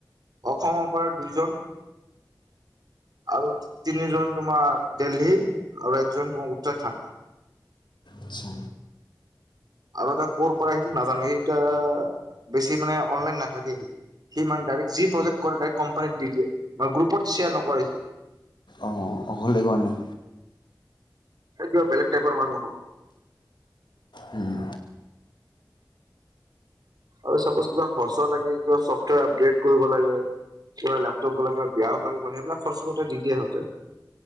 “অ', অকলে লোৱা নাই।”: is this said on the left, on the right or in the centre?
Left